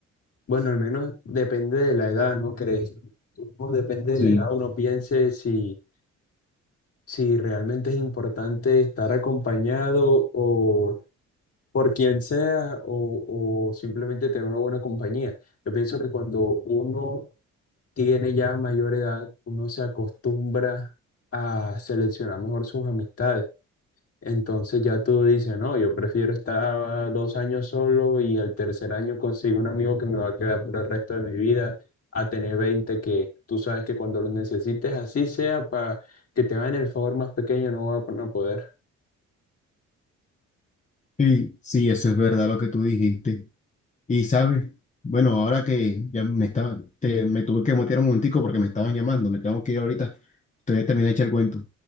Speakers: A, on the left (about 50°); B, on the left (about 25°).
A: bueno, al menos depende de la edad, ¿no crees? Uno depende
B: Sí,
A: de la edad, uno piense si, si realmente es importante estar acompañado o por quien sea o, o simplemente tener una buena compañía. Yo pienso que cuando uno tiene ya mayor edad, uno se acostumbra a seleccionar mejor sus amistades. Entonces ya tú dices, no, yo prefiero estar dos años solo y al tercer año consigo un amigo que me va a quedar por el resto de mi vida, a tener 20 que tú sabes que cuando lo necesites, así sea, para que te hagan el favor más pequeño, no van a poder.
B: sí, sí, eso es verdad lo que tú dijiste. Y sabes, bueno, ahora que ya me estaba, te, me tuve que mutear un momentico porque me estaban llamando, me tengo que ir ahorita. Entonces termina hecha el cuento.